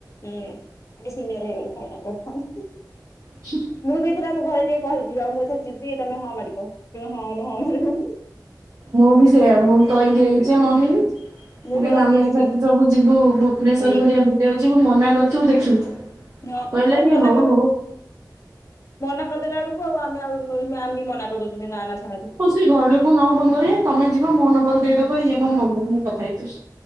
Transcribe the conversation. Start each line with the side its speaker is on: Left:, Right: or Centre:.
Left: ହୁଁ ଆମେ ସିିନିୟର ହେଇଗଲେ ଫାଇନାଲ ଇଅର୍ <unintelligible>
Right: ସ।
Left: ମୁଁ ବି ଏଥର ଆମ ଘରେ ଟିକେ କହିିବି ଆଉ ମୁଁ ଏଥର ଯିବି ତମେ ହଁ ମାରିବ କହିଲେ ହଁ ଆମେ ହଁ ମାରିବୁ।
Right: ମୁଁ ବି ସେଇୟା ମୁଁ କହିକି ଆଇଚି ଆ ମମିକୁ ମୁଁ କହିଲି
Left: ବି କହିକି
Right: ଆମେ
Left: ଆସିଛି
Right: ଏଥରକ ସବୁ ଯିବୁ ଭୁବନେଶ୍ଵର
Left: କହିଦେଇଛି
Right: ଘରିକା ବୁଲିବାକୁ ଯିବୁ ମନା କରିଥିବୁ ଦେଖିବୁ।
Left: ହଁ ଆଉ
Right: କହିଲା କି
Left: ମନା
Right: ହଉ
Left: କରିଦବୁ
Right: ହଉ
Left: ମନା କରିଦେଲା ବେଳକୁ ଆଉ ଆମେ ଆଉ ମ୍ୟାମ୍ ବି ମନା କରିଦଉଛନ୍ତି ନା ନା ଛଡ଼ା ଛଡି ନାହିଁ।
Right: ସିଏ ଘର ଲୋକଙ୍କୁ ନ ଫୋନ କରିବେ ତମେ ଯିବ ମୋ ନମ୍ବର ଦେଇଦବ ଇଏ ମୋ ମମି ମୁଁ କଥା ହେଇଯିବି।